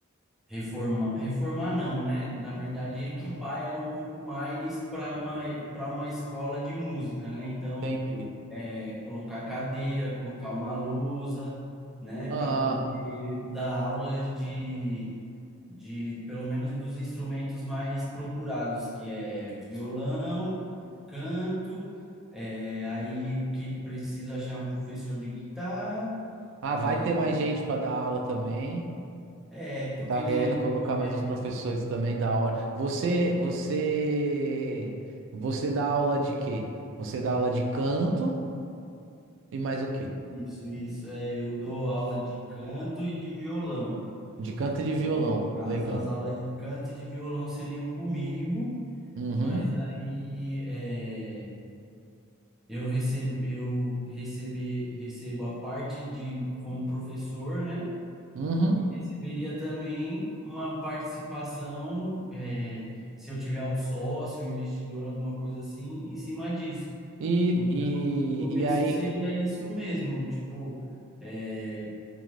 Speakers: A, in the centre; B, on the right.
A: reformar, reformar não, né? Na verdade, equipar ela um pouco mais para uma para uma escola de música, né? Então
B: Entendi.
A: é, colocar cadeira, colocar uma lousa, né,
B: Ah,
A: para poder dar aulas de, de pelo menos dos instrumentos mais procurados, que é violão, canto, é, aí o que preciso achar um professor de guitarra.
B: ah, vai
A: É,
B: ter mais gente para dar aula também.
A: é, tô
B: Eu tava
A: querendo.
B: querendo colocar
A: tô vendo.
B: mais uns professores também da hora. Você,
A: É,
B: você, você dá aula de quê? Você dá aula de canto e mais o quê?
A: isso, isso. É, eu dou aula de canto e de violão.
B: De canto e de violão.
A: No caso,
B: Legal.
A: as aulas de canto e de violão seriam comigo.
B: Uhum.
A: Mas aí é, eu recebo, eu recebe, recebo a parte de como professor, né?
B: Uhum.
A: E receberia também uma participação, é, se eu tiver um sócio, um investidor, alguma coisa assim, em cima disso.
B: E,
A: Então, o começo
B: e, e aí,
A: seria isso mesmo, tipo, eh,